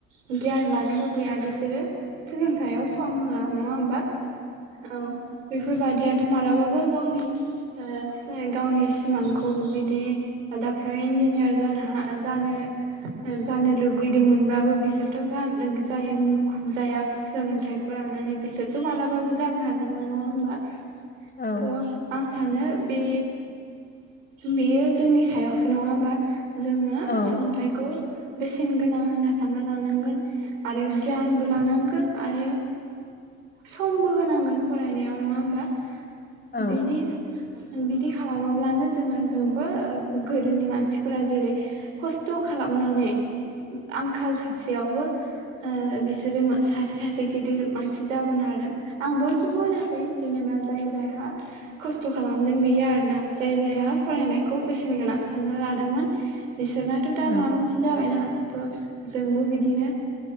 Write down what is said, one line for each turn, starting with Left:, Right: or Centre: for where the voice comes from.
Right: गियान लानो लुगैया बिसोरो सोलोंथाइयाव सम होआ नङा होमबा? औ बेफोर बा दियाथ मालाबाबो गावनि ओ गावनि सिमांखौ बिदि डाक्टर इन्जिनियार जानो हाय जानो जानो लुगैदोंमोनबाबो बिसोरथ जानो जाय मुखुब जाया सोलोंथाइखौ लानानै बिसोरथ मालाबाबो जानो हानाय नङा नङा होमबा?
Left: औ
Right: थ आं सानो बे बेयो जोंनि सायावसो नङा होमबा? जोङो
Left: औ
Right: सोलोंथाइखौ बेसेन गोनां होनना सानना लानांगोन आरो गियानबो लानांगोन आरो समबो होनांगोन फरायनायाव नङा होनबा?
Left: औ
Right: बिदिस बिदि खालामोब्लानो जोङो जोंबो गोदोनि मानसिफोरा जेरै खस्थ खालामनानै आंखाल थासेयावबो बिसोरो सासे सासे गिदिर मानसि जाबोनो हादों आं बयखौबो होनाखै जेनेबा जाय जायहा खस्थ खालामदों बेयो आरोना जाय जायहा फरायनायखौ बेसेन गोनां सानना लादोंमोन बिसोरनाथ दा
Left: औ
Right: माबा मोनसे जाबायना? थ जोंबो बिदिनो